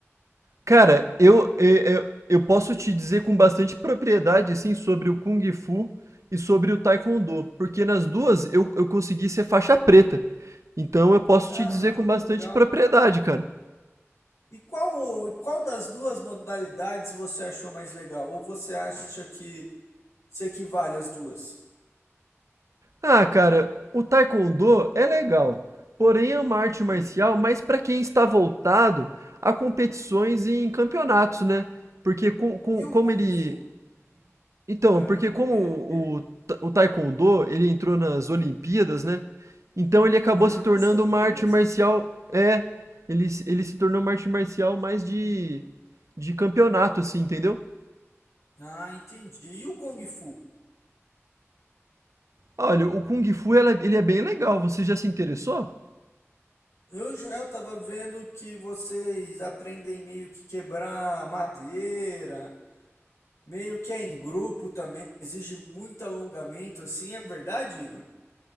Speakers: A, on the right (about 85°); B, on the left (about 75°).
A: Cara, eu, eh, eu, eu posso te dizer com bastante propriedade, assim, sobre o Kung Fu e sobre o Taekwondo, porque nas duas eu, eu consegui ser faixa preta. Então eu posso
B: Caramba,
A: te dizer com bastante
B: que legal.
A: propriedade, cara.
B: E qual, e qual das duas modalidades você achou mais legal? Ou você acha que se equivale às duas?
A: Ah, cara, o Taekwondo é legal, porém é uma arte marcial
B: Hum.
A: mais para quem está voltado a competições e em campeonatos, né? Porque com, com-
B: E o
A: como
B: Kung
A: ele,
B: Fu?
A: Então,
B: Ah,
A: porque como
B: ele o quê?
A: o, o Taekwondo, ele entrou nas Olimpíadas, né? Então ele acabou
B: Ah,
A: se tornando
B: não sabia
A: uma arte
B: dessa.
A: marcial, é, ele, se- ele se tornou uma arte marcial mais de, de campeonato, assim, entendeu?
B: Ah, entendi. E o Kung Fu?
A: Olha, o Kung Fu, ela- ele é bem legal, você já se interessou?
B: Eu já eu tava vendo que vocês aprendem meio que quebrar madeira, meio que é em grupo também, exige muito alongamento, assim, é verdade, Igor?